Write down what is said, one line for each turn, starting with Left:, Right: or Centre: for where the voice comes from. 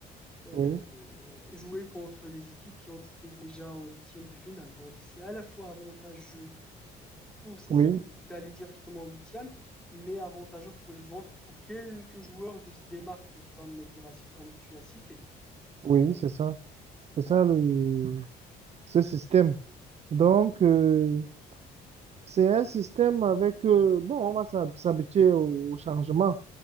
Centre: euh,
Right: Oui,
Centre: jouer contre les équipes qui ont été déjà en huitième de finale. Donc, c'est à la fois avantageux pour ces
Right: oui,
Centre: équipes d'aller directement en huitième, mais avantageux pour les autres, pour quelques joueurs de se démarquer, comme Guirassy, comme tu as cité.
Right: oui, c'est ça. C'est ça le, ce système. Donc, euh, c'est un système avec, euh, bon, on va s'hab- s'habituer au, au changement,